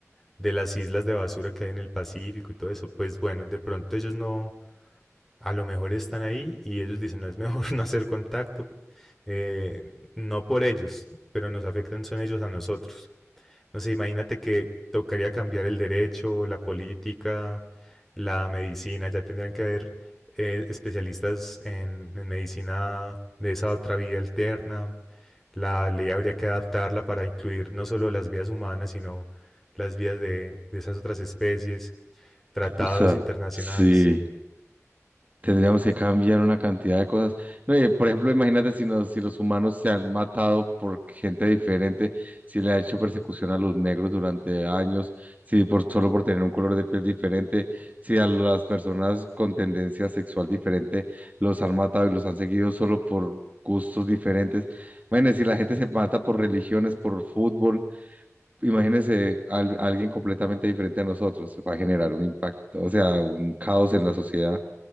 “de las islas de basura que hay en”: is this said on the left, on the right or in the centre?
Centre